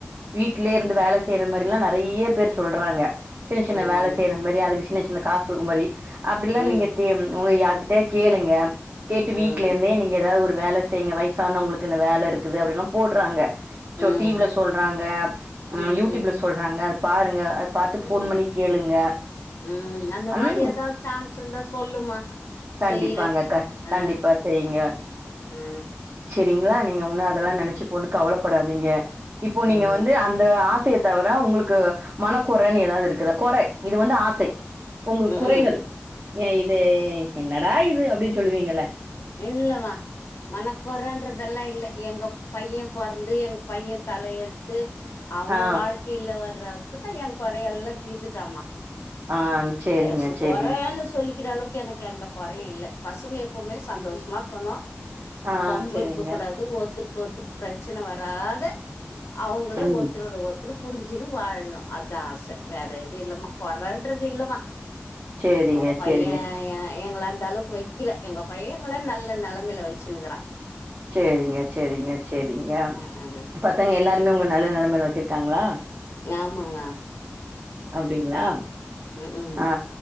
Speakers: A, on the right; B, on the left.
A: வீட் வீட்லியே இருந்து
B: ம்
A: வேல செய்ற மாரில்லா நெறைய பேர் சொல்றாங்க சின்ன சின்ன
B: ம்
A: வேல செய்ற மாறி அதுக்கு சின்ன சின்ன காசு குடுக்கமாறி அப்டில்லா
B: ம் ம்
A: நீங்க தே உங்க யாருகிட்ட கேளுங்க கேட்டு
B: ம்
A: வீட்ல இருந்தே நீங்க ஏதாவது ஒரு வேல செய்ங்க வயசானவங்களுக்கு இந்த வேல இருக்குது அப்டில்லா போட்றாங்க சோ
B: ம்
A: டி வி ல சொல்றாங்க
B: ம்
A: யூடூப்ல சொல்றாங்க அத பாருங்க பாத்து
B: ம்
A: ஃபோன் பண்ணி கேளுங்க
B: ம் அந்த
A: ம்
B: மாறி ஏதாது சான்ஸ் இருந்தா சொல்லுமா
A: கண்டிப்பாங்கக்கா
B: செய்யறே அ
A: கண்டிப்பா செய்ங்க
B: ம்
A: செரிங்களா நீங்க ஒண்ணு அதெல்லா
B: ம்
A: நெனச்சு போண்டு கவலப்படாதீங்க இப்போ
B: ம்
A: நீங்க வந்து அந் இது ஆசைய தவிர உங்குளுக்கு மனக்கொறன்னு ஏதாவது இருக்குதா கொற இது வந்து ஆசை ஒங்களுக்
B: ம்
A: குறைகள்
B: ம்
A: எ இது என்னடா இது அப்டின் சொல்லுவீங்கள
B: இல்லமா மனக்கொரன் ன்றதெல்லா இல்ல எங்க பையன் பொறந்து எங்க பையன் தல எடுத்து அவோ
A: ஆ
B: வாழ் கீழ வர்றத்துக்கு ஏ குறை எல்லா தீத்துடாமா
A: ஆ செரிங்க
B: ஏசு
A: செரிங்க
B: கொறன்னு சொல்லிக்கிற அளவ் க்கு எனக்கு எந்த கொறையு இல்ல பசங்க எப்போமே சந்தோஷமா க்கணு
A: ஆ
B: வம்பு
A: செரிங்க
B: இருக்க கூடாது ஒருத்தருக்கு ஒருத்தருக்கு பிரச்சன வராத அவுங்களே
A: ம்
B: ஒருத்தரோட ஒருத்தரு புரிஞ்சினு வாழலா அதா ஆச வேற எது இல்லமா கொறன்றது இல்லமா
A: செரிங்க
B: எங்க பையே
A: செரிங்க
B: ஏ‌ எங்கள அந்த அளவுக்கு வக்கல எங்க பையேங்கள நல்ல நெலைமைல வச்சிருக்குறா
A: சேரிங்க சேரிங்க சேரிங்க
B: ம் ம்
A: பசங்க எல்லாருமே உங்கள நல்ல நெலமைல வெச்சுருக்காங்களா
B: ஞாமாங்க
A: அப்டிங்களா
B: ம்ஹூம்
A: ஆ